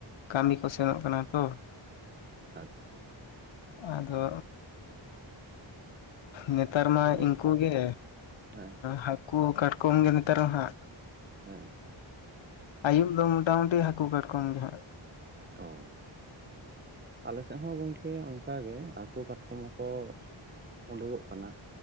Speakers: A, on the left; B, on the right.
A: ᱠᱟᱹᱢᱤ ᱠᱚ ᱥᱮᱱᱚᱜ ᱠᱟᱱᱟ ᱛᱚ᱾
B: ᱟᱪᱪᱷᱟ,
A: ᱟᱫᱚ ᱱᱮᱛᱟᱨ ᱢᱟ
B: ᱟᱞᱮ
A: ᱤᱝᱠᱩ ᱜᱮ
B: ᱦᱮᱸ
A: ᱦᱟᱹᱠᱩ, ᱠᱟᱴᱠᱚᱢ ᱜᱮ ᱱᱮᱛᱟᱨ ᱦᱟᱸᱜ᱾
B: ᱦᱮᱸ ᱦᱮᱸ
A: ᱟᱭᱩᱵ ᱫᱚ ᱢᱚᱴᱟᱢᱩᱴᱤ ᱦᱟᱹᱠᱩ ᱠᱟᱴᱠᱚᱢ ᱜᱮ ᱦᱟᱸᱜ᱾
B: ᱚ᱾ ᱟᱞᱮ ᱥᱮᱫ ᱦᱚᱸ ᱜᱚᱝᱠᱮ ᱚᱱᱠᱟ ᱜᱮ ᱦᱟᱠᱩ ᱠᱟᱴᱠᱚᱢ ᱦᱚᱸᱠᱚ ᱩᱰᱩᱜᱚᱜ ᱠᱟᱱᱟ,